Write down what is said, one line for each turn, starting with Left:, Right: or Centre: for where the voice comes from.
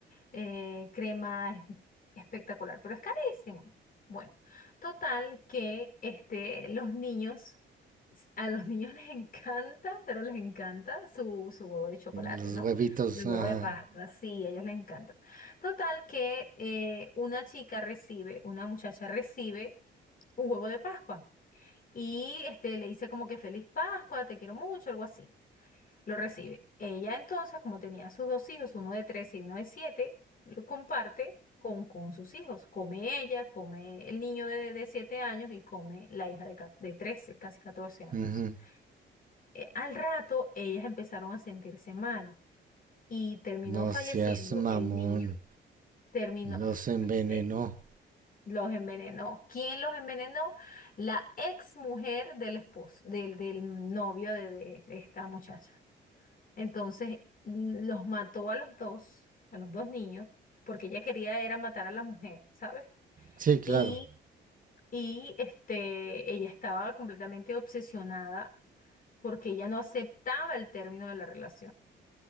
Left: eh, crema es espectacular, pero es carísimo. Bueno, total que este, los niños, s- a los niños <laughs> les encanta, pero les encanta su, su huevo de chocolate,
Right: Los
Left: ¿no?
Right: huevitos,
Left: El huevo
Right: ajá.
Left: de Pascua, sí, a ellos les encanta. Total que eh, una chica recibe, una muchacha recibe un huevo de Pascua y este, le dice como que feliz Pascua, te quiero mucho, algo así lo recibe. Ella entonces, como tenía sus dos hijos, uno de tres y uno de siete, lo comparte con, con sus hijos. Come ella, come el niño de, de siete años y come la hija de, ca- de 13 casi 14 años.
Right: Ujú.
Left: Eh, al rato, ellas empezaron a sentirse mal y terminó
Right: No
Left: falleciendo
Right: seas mamón.
Left: el niño. Terminó,
Right: Los envenenó.
Left: <laughs> se- los envenenó. ¿Quién los envenenó? La ex mujer del esposo, del, del novio de de- de esta muchacha. Entonces mm, los mató a los dos, a los dos niños, porque ella quería era matar a la mujer, ¿sabes?
Right: Sí, claro.
Left: Y, y este, ella estaba completamente obsesionada porque ella no aceptaba el término de la relación.